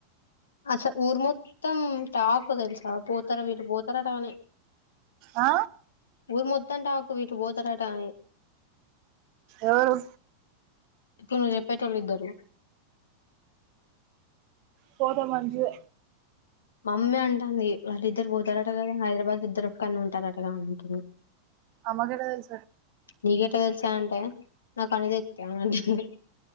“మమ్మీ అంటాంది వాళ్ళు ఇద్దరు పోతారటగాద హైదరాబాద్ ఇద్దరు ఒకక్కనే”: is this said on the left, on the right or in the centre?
Left